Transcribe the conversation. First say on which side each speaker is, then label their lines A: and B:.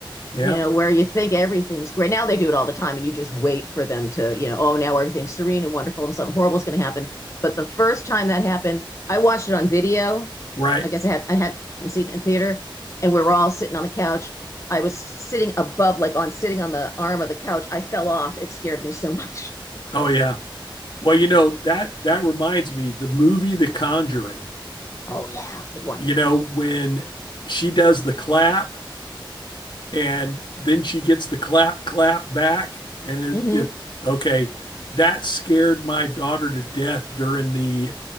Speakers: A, on the left; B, on the left.
A: yep
B: you know, where you think everything's great. Now they do it all the time and you just wait for them to, you know, oh, now everything's serene and wonderful and something horrible is going to happen. But the first time that happened, I watched it on video.
A: right
B: I guess I had I hadn't seen it in theater and we were all sitting on the couch. I was sitting above like on sitting on the arm of the couch. I fell off. It scared me so <laughs> much.
A: oh yeah well you know that that reminds me the movie the conjuring
B: Oh yeah, good one.
A: you know when she does the clap and then she gets the clap clap back and it,
B: Mhm.
A: it okay that scared my daughter to death during the